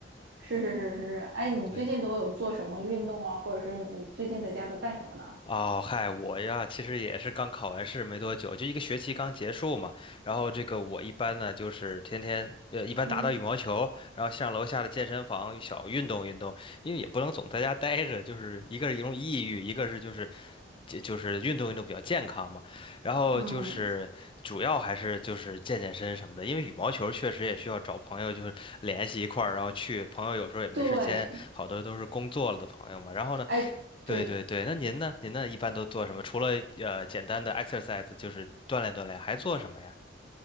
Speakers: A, on the right; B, on the left.
A: 是是是是是，哎，你最近都有做什么运动啊，
B: 对，
A: 或者是你最近在家都干什么呢？
B: 哦，嗨，我呀，其实也是刚考完试没多久，就一个学期刚结束嘛。然后这个我一般呢，就是天天呃，一般打打羽毛球，
A: 嗯
B: 然后上楼下的健身房小运动运动，因为也不能总在家待着，就是一个是容易抑郁，一个是就是就就是运动运动比较健康嘛。然后就是主要还是就是健健身什么的，
A: 嗯，
B: 因为羽毛球确实也需要找朋友就是联系一块儿，然后去。朋友有时候也没时间，
A: 对，
B: 好多都是工作了的朋友嘛。然后呢，
A: 哎，
B: 对对对，
A: 对，
B: 那您呢？您呢一般都做什么？除了呃简单的 exercise，就是锻炼锻炼，还做什么呀？